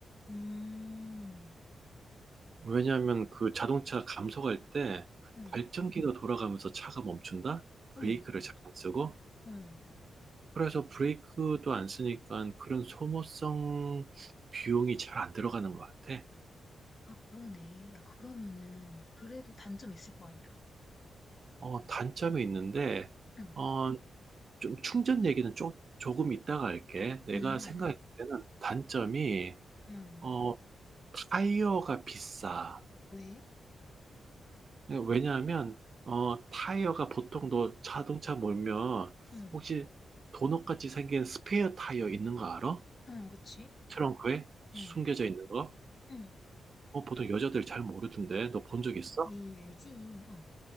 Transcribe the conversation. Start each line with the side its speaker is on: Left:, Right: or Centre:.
Left: 음,
Right: 왜냐하면 그 자동차 감속할 때
Left: 음.
Right: 발전기가 돌아가면서 차가 멈춘다?
Left: 어머,
Right: 브레이크를 잘 안 쓰고?
Left: 응.
Right: 그래서 브레이크도 안 쓰니까 그런 소모성 비용이 잘 안 들어가는 것 같아.
Left: 아 그러네. 야 그러면은 그래도 단점이 있을 거 아니야.
Right: 어, 단점이 있는데,
Left: 응.
Right: 어, 좀 충전 얘기는 조, 조금 이따가 할게. 내가
Left: 응응.
Right: 생각했을 때는 단점이,
Left: 응. 응.
Right: 어, 타이어가 비싸.
Left: 왜?
Right: 왜냐하면 어, 타이어가 보통 너 자동차 몰면
Left: 응.
Right: 혹시 도넛같이 생긴 스페어 타이어 있는 거 알아?
Left: 응, 그치?
Right: 트렁크에 숨겨져
Left: 응.
Right: 있는 거?
Left: 응.
Right: 어, 보통 여자들 잘 모르던데 너 본 적 있어?
Left: 에이, 알지. 어.